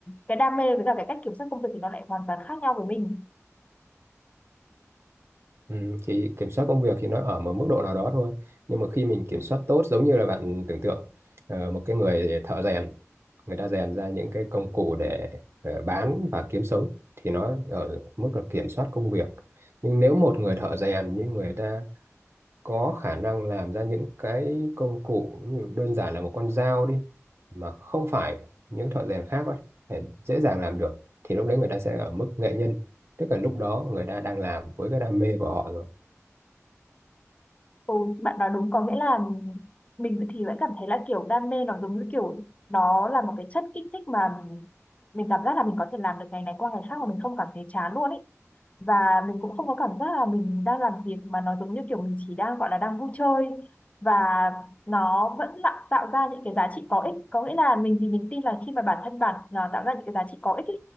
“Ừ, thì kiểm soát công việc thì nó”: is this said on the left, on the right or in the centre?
Right